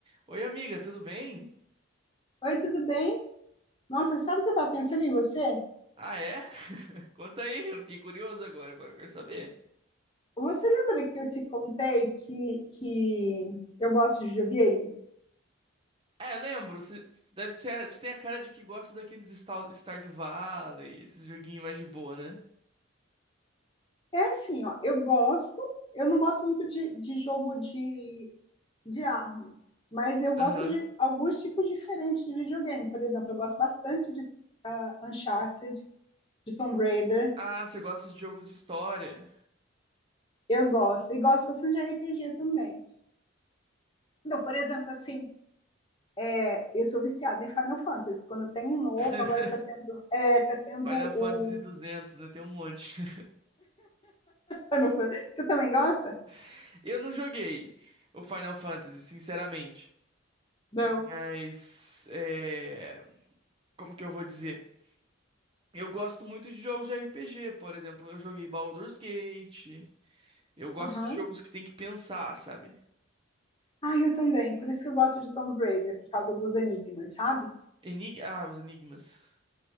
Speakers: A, on the right; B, on the left.
A: Oi, amiga, tudo bem?
B: Oi, tudo bem? Nossa, sabe o que eu estava pensando em você?
A: Ah, é? <laughs> Conta aí, eu fiquei curioso agora, agora eu quero saber.
B: Você lembra que eu te contei que, que eu gosto de videogame?
A: É, lembro, você deve ser, você tem a cara de que gosta daqueles Star, Stardew Valley, esses joguinhos mais de boa, né?
B: É assim, ó, eu gosto, eu não gosto muito de, de jogo de, de arma, mas eu gosto
A: Aham.
B: de alguns tipos diferentes de videogame. Por exemplo, eu gosto bastante de ah, Uncharted, de Tomb Raider,
A: Ah, você gosta de jogos de história.
B: eu gosto, e gosto bastante de RPG também. Então, por exemplo, assim, é, eu sou viciada em Final Fantasy. Quando tem um novo,
A: <laughs>
B: agora tá tendo, é, tá tendo
A: Final Fantasy
B: o
A: 200, né? Tem um monte.
B: Xenophon. Você também gosta?
A: <laughs> Eu não joguei o Final Fantasy, sinceramente.
B: Não.
A: Mas, é... como que eu vou dizer? Eu gosto muito de jogos de RPG, por exemplo, eu joguei Baldur's Gate, Eu gosto
B: Aham.
A: de jogos que tem que pensar, sabe?
B: Ah, eu também. Por isso que eu gosto de Tomb Raider, por causa dos enigmas, sabe?
A: Enig... Ah, os enigmas.